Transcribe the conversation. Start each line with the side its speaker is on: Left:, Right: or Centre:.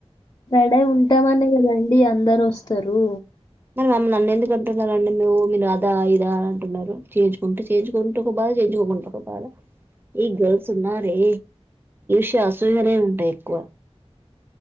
Left: గడై ఉంటాంనే కదాండి అడి అందరు వస్తారు
Right: మరి మమ్మ నన్ను ఎందుకు అంటున్నండి మవు మీరు అదా ఇదా అ అంటున్నారు చేయించుకుంటూ చేయించుకుంటూ ఒక బాధ చేయించుకోకుంంటూ ఒక బాధ ఈ గర్ల్స్ ఉన్నారే షస్ సూహనే ఉంటాయి ఎక్కువ